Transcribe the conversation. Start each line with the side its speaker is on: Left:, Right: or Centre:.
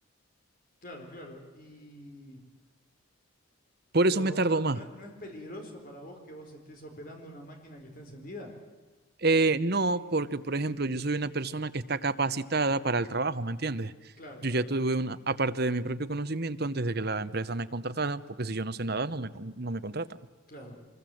Left: Claro, claro. Y...
Right: Por
Left: Pero
Right: eso me tardo
Left: ¿no,
Right: más.
Left: no, no es peligroso para vos que vos estés operando una máquina que está encendida?
Right: Eh, no, porque por ejemplo, yo soy una persona que está capacitada para el trabajo, ¿me entiendes?
Left: Claro,
Right: Yo
Left: claro,
Right: ya tuve una, aparte de mi propio conocimiento antes de que la empresa me contratara, porque si yo no sé nada, no me, con- no me contratan.
Left: claro.